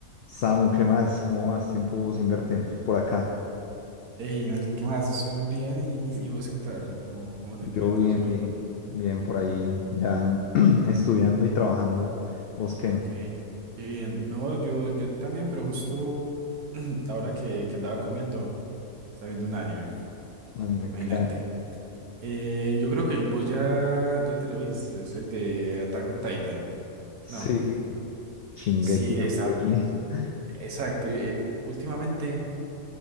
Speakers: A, on the left (about 75°); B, on the right (about 75°).
A: Samu, ¿qué más? ¿Cómo vas? Tiempo sin verte por acá.
B: Hey, Melkin, ¿qué más? Estoy muy bien. ¿Y, y vos qué tal? ¿Cómo, cómo te
A: Yo
B: encuentras
A: bien,
B: hoy?
A: bien, bien por ahí, ya <clears throat> estudiando y trabajando. ¿Vos qué?
B: Qué bien. Qué bien. No, yo, yo también, pero justo <clears throat> ahora que, que andaba comiendo, estaba viendo un anime.
A: Anime,
B: Imagínate.
A: ¿qué anime?
B: Eh, yo creo que vos ya, ya te lo viste. Es el de Attack on Titan.
A: Sí,
B: No.
A: sí, Shingeki
B: Sí,
A: no
B: esa.
A: Kyojin. <laughs>
B: Exacto. y, eh, últimamente,